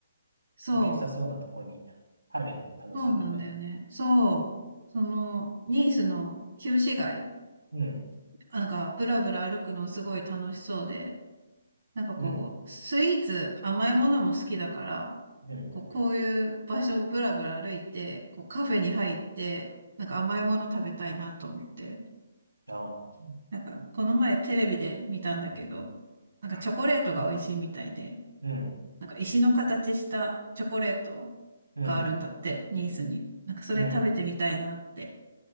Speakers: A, on the right; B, on the right.
A: そう。
B: なんか良さそうなとこに入るのも楽しそうだよね。
A: そうなんだよね。そう。その、ニースの旧市街、
B: うん、
A: なんか、ブラブラ歩くのすごい楽しそうで、なんかこう、
B: うん、
A: スイーツ、甘いものも好きだから、
B: うん、う
A: こう、こういう場所をブラブラ歩いて、こう、カフェに入って、なんか甘いもの食べたいなと思って、
B: ん。ああ、
A: なんか、この前テレビで見たんだけど、なんかチョコレートが美味しいみたいで、
B: うん、
A: なんか石の形したチョコレートがあるんだって、
B: うん、
A: ニースに。なんかそれ食べてみたいなって。
B: うん、うん。